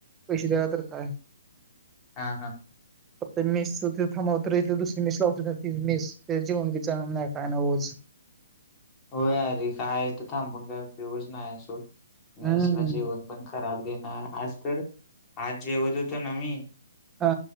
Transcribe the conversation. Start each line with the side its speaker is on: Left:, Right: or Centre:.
Right: पैसे द्याला तर काय
Left: हा हा
Right: ते मिस थांबवत दुसरी मिस लावत मेस ते जेवण नल नाही काय न होऊच
Left: हो अरे काय तर थांबून काय उपयोगच नाही असो मेसला
Right: हम्म
Left: जेवण पण खराब देणार आज तर आज जेवत तर न मी
Right: हा